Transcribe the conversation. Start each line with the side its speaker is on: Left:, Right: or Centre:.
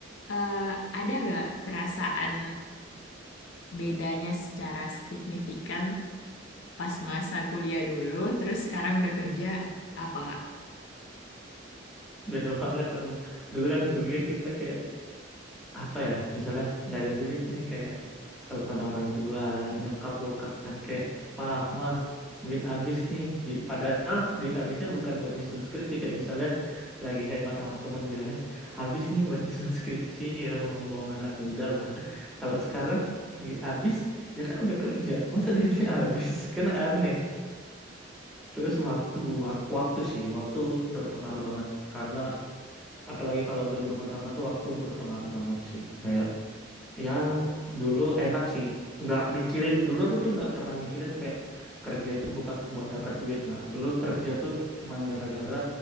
Left: eh, ada nggak kerasaan bedanya secara signifikan pas masa kuliah dulu, terus sekarang udah kerja, apa Kak?
Centre: <laughs> beda banget dong dulu kan kuliah kita kayak apa ya misalnya nggak ada duit nih kayak telepon orang tua nyokap bokap kan kayak pah mah duit habis nih Di- padahal duit habisnya bukan buat nyusun skripsi kayak misalnya lagi hemat sama teman bilangnya habis nih buat nyusun skripsi ya bohong-bohong anak muda lah kalau sekarang duit habis ya kan udah kerja masa duitnya habis <laughs> kan aneh terus waktu wak- waktu sih waktu berpengaruh banget karena apalagi kalau udah berumah tangga tuh waktu berpengaruh banget sih kayak Ya, dulu enak sih. Nggak mikirin, dulu aku tuh nggak pernah mikirin kayak kerja itu bukan buat dapat duit, nggak. Dulu kerja tuh cuman gara-gara